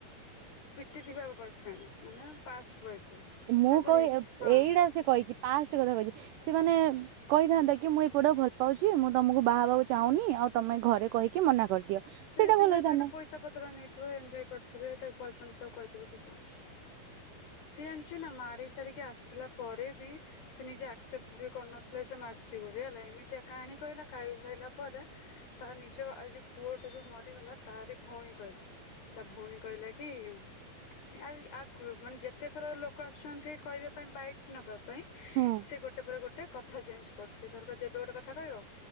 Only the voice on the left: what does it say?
ବିତିଥିବା ବୟଫ୍ରେଣ୍ଡ ମାନେ ପାଷ୍ଟ ବୟଫ୍ରେଣ୍ଡ
ନା ସରି
ହଁ
ସେ
ଯେତିକବେଳେ
ତାଠୁ ପଇସା ପତ୍ର ନେଇଥିବ ଏନ୍ଜୟ କରିଥିବେ ତା ପଇପନ୍‌ ତାକୁ କହିଥିବ କି କଣ ସିଏ ଜଣିଛୁ ନା ମାରିସାରିକି ସାରିକି ଆସ ଆସିଲା ପରେ ବି ସେ ନିଜେ ଆକ୍ସେପ୍ଟ ବି କରୁନଥିଲା ସେ ମାରିଚି ବୋଲି ହେଲା ଏମିତିଆ କାହାଣୀ କହିଲା କା ଏଇ ସାଇଲା ପରେ ତା ନିଜ ଆଇଯୋଉ ପୁଅ ସେ ଯୋଉ ମରିଗଲା ତାରି ଭଉଣୀ କହିଲା ତା ଭଉଣୀ କହିଲା କି <unintelligible> ମାନେ ଯେତେ ଥର ଲୋକ ଆସୁଚନ୍ତି କହିବା ପାଇଁ ବାଇକ୍ସ ନବା ପାଇଁ
ସେ ଗୋଟେ ପରେ ଗୋଟେ କ ଥା ଚେଞ୍ଜ କରୁଚି ଧରକାର ଯେବେ ଗୋଟେ କଥା କହିବ